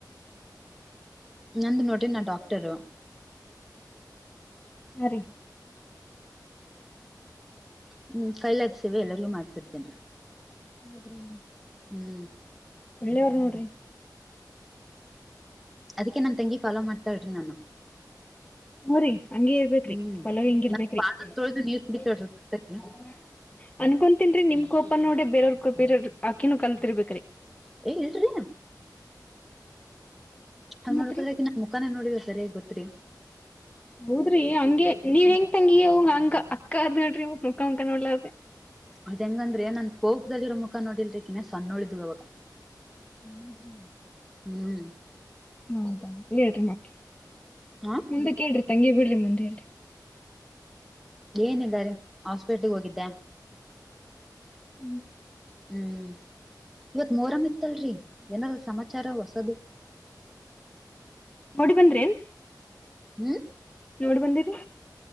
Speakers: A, in the centre; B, on the left.
A: ನಂದು ನೋಡ್ರಿ ನ ಡಾಕ್ಟರು
B: ಹ ರೀ
A: ಹ್ಮ್ ಕೈಲಾದ ಸೇವೆ ಎಲ್ಲರಿಗೂ ಮಾಡ್ತಿರ್ತೇನ್ೀ
B: ಹೌದ್ರೀ
A: ಹ್ಮ್
B: ಒಳ್ಳೆಯವರು ನೋಡ್ರಿ
A: ಅದಕ್ಕೆ ನನ್ ತಂಗಿ ಫಾಲೋ ಮಾಡ್ತಾಳ್ರಿ ನಾನು
B: ಹೋರಿ ಹಂಗಗೆ ಇರ್ಬೇಕ್ರಿ
A: ಹ್ಮ್
B: ಪಲ ಹಿಂಗ ಇರ್ಬೇಕ್ರಿ
A: ನನ್ ಪಾದ
B: <unintelligible>
A: ತೊಳ್ದು ನೀರ್ ಕುಡಿತಾಳ್ರಿ ತಗಿ
B: ಅನ್ಕೊ ನ್ರಿ ನಿಮ್ ಕೋಪ ನೋಡಿ ಬೇರವ್ರ <unintelligible> ಬೇರವ ಅಕಿನನು ಕಲ್ತಿರ್ಬೇಕ್ರಿ
A: ಹೇ ಇಲ್ರಿ ಅಂಗ್
B: ಮತ್ರಿ
A: ನೋಡಕೋದ್ರೆ ಇಕಿ ನನ್ನ ಮುಖಾನ ನೋಡಿಲ್ಲ ಸರಿಯಾಗಿ ಗೊತ್ರಿ
B: ಹೌದ್ರಿ ಹಂಗೆ ನೀವ್
A: ಹ್ಮ್
B: ಹೆಂಗ ತಂಗಿ ಹಂಗ ಅ ಅಕ್ಕ ಅಕ್ಕರ್ ನೋಡ್ರಿ ಮತ್ ಮುಖಾ ಮುಖ ನೋಡ್ಲರ್ದೇ
A: ಅದ ಹೆಂಗಂದ್ರೆ ನನ್ ಕೋಪದಲ್ಲಿರೋ ಮುಖ ನೋಡಿಲ್ರಿ ಕಿನ ಸಣ್ಣಳಿದ್ವ ಅವಾಗ
B: ಹ್ಮ ಎ <unintelligible>
A: ಹ್ಮ್
B: ಹೌದ ಹೇಳ್ರಿ ಮತ್
A: ಹಾ
B: ಮುಂದೆ ಕೇಳ್ರಿ ತಂಗಿ ಬಿಡ್ರಿ ಮುಂದೆ ಹೇಳ್ರಿ
A: ಏನಿಲ್ಲಾ ರೀ ಹಾಸ್ಪಿಟ್ಲೀಗ್ ಹೋಗಿದ್ದೆ
B: ಹ್ಮ್
A: ಹ್ಮ್ ಇವತ್ ಮೋರಮ ಇತ್ತಲ್ರಿ ಏನಾರ ಸಮಾಚಾರ ಹೊಸದು <inaudible>
B: ಡಿ ಬಂದ್ರೇನ್
A: ಹ್ಮ್
B: ಡಿ ಬಂದಿರಿ